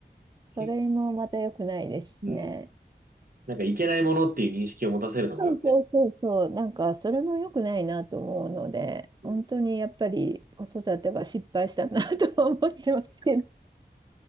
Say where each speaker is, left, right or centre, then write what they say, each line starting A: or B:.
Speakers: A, on the right (about 25°); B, on the right (about 55°).
A: それもまた良くないですしね。
B: けうん。なんかいけないものっていう認識を持たせるのもよく。
A: そうそうそうそう。なんか、それも良くないなと思うので、
B: <laughs>
A: 本当にやっぱり子育ては失敗したなとは思ってますけど。
B: うん